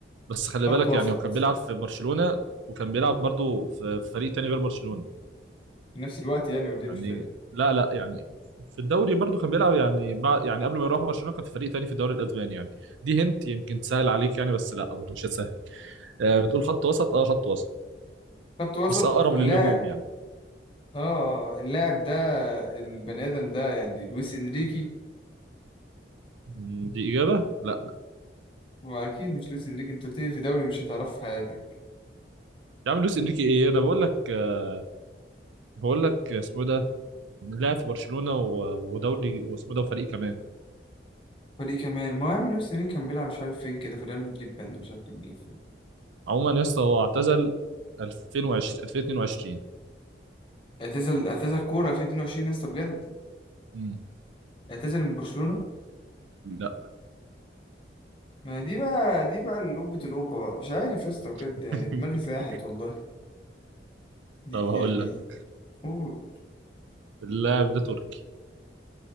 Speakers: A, on the right; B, on the left.
A: بس خلي
B: خط
A: بالك
B: وسط
A: يعني هو كان بيلعب في برشلونة وكان بيلعب برضو في في فريق تاني غير برشلونة
B: في نفس الوقت يعني ولا إيه
A: يعني
B: مش فاهم
A: لا لا يعني في الدوري برضو كان بيلعب يعني بعد يعني قبل ما يروح برشلونة كان في فريق تاني في الدوري الاسباني يعني دي هنت يمكن تسهل عليك يعني بس لا برضو مش هتسهل آه بتقول خط وسط اه خط وسط
B: خط وسط
A: بس اقرب
B: اللاعب
A: للهجوم يعني
B: آه آه، اللاعب ده البني آدم ده يعني لويس إنريكي
A: مم، دي اجابة لا
B: وأكيد مش لويس إنريكي أنت بتيجي في دوري مش هتعرفه في حياتك
A: يا عم لويس انريكي ايه انا بقول لك آه، بقول لك اسمه إيه ده لعب في برشلونة و- ودوري واسمه إيه ده وفريق كمان
B: فريق كمان ما هو يا عم لويس إنريكي كان بيلعب مش عارف فين كده في ريال مدريد بان مش عارف كان بيلعب فين
A: عموما يا اسطى هو اعتزل 2020 2022
B: اعتزل اعتزل كورة 2022 يا اسطى بجد
A: مم.
B: اعتزل من برشلونة
A: لا
B: ما هي دي بقى دي بقى القبة القبة بقى مش عارف يا اسطى بجد
A: <laughs>
B: يعني دماغي ساحت والله دي
A: طب هقول
B: يعني
A: لك
B: قول
A: اللاعب ده تركي